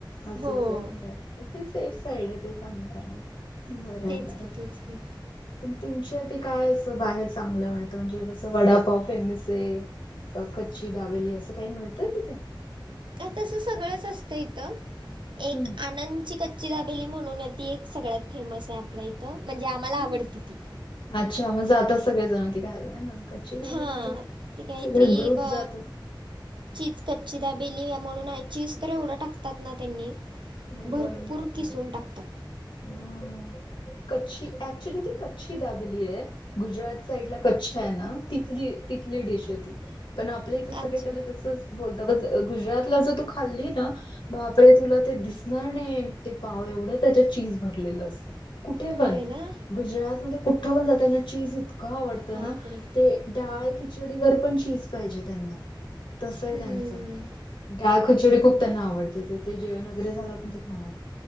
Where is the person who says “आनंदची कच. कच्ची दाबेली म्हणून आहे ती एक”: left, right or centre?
Right